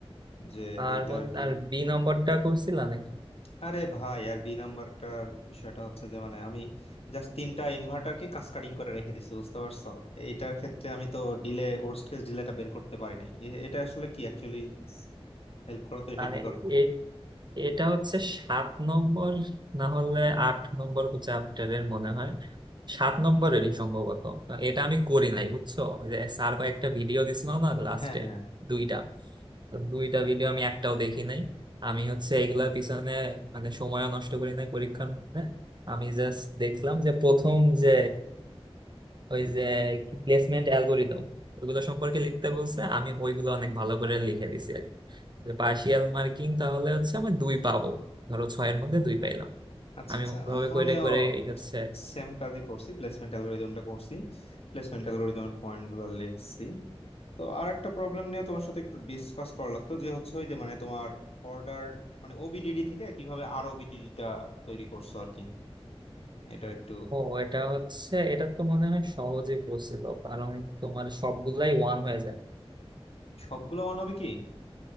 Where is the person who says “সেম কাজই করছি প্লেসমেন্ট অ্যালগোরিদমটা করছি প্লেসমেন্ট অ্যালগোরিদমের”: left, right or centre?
Left